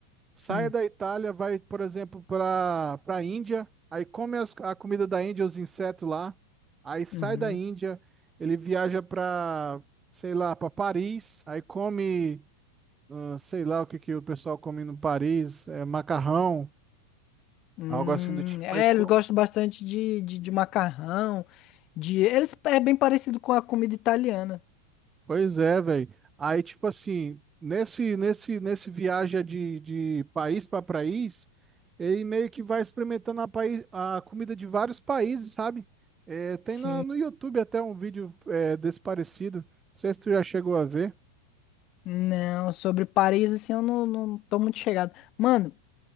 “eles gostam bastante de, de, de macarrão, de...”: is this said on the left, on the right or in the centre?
Left